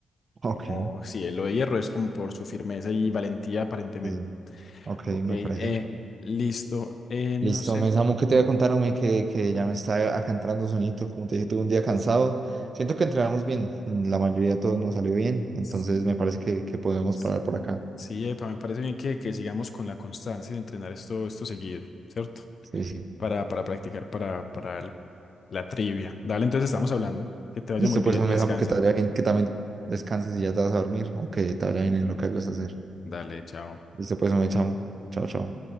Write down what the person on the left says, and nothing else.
Como si lo de hierro es como por su firmeza y valentía aparentemente.
Ok,
eh,
listo. Eh, no
sé.
s-
s-
Sí, epa, me parece bien que, que sigamos con la constancia de entrenar esto, esto seguido, ¿cierto?
Para, para practicar para, para el- la trivia. Dale, entonces estamos hablando. Que te vaya
muy bien
y descansa.
Dale, chao.